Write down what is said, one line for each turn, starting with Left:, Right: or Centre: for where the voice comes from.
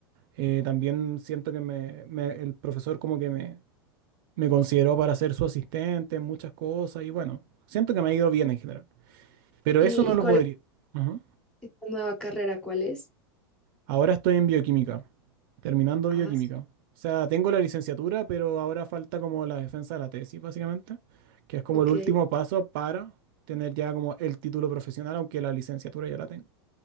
Right: Eh, también siento que me, me- el profesor como que me, me consideró para ser su asistente en muchas cosas y bueno, siento que me ha ido bien en general. Pero
Centre: ¿Y,
Right: eso no
Centre: y
Right: lo
Centre: cuál
Right: podría...
Centre: es
Right: Ujú.
Centre: esta nueva carrera? ¿Cuál es?
Right: Ahora estoy en bioquímica, terminando
Centre: Ah,
Right: bioquímica.
Centre: s-
Right: O sea, tengo la licenciatura, pero ahora falta como la defensa de la tesis, básicamente, que es como
Centre: ok.
Right: el último paso para tener ya como el título profesional, aunque la licenciatura ya la tengo.